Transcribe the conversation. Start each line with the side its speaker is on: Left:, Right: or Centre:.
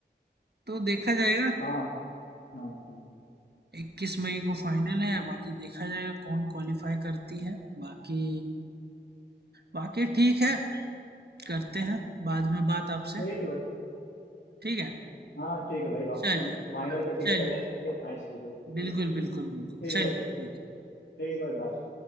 Right: तो देखा जाएगा
Left: हाँ हाँ हम्म।
Right: 21 मई को फाइनल है बाकी देखा जाएगा कौन क्वालिफाई करती है बाकी बाकी ठीक है करते हैं बाद में बात आपसे
Left: ठीक है भाई
Right: ठीक है
Left: हाँ ठीक है भाई आप
Right: चलिए
Left: फाइनल का टिकट
Right: चलिए
Left: अरेंज करिए मैच देखो ठीक
Right: बिल्कुल
Left: है
Right: बिल्कुल बिल्कुल
Left: ठीक
Right: चलिए
Left: है भाई
Right: ठीक है
Left: ठीक है भाई bye।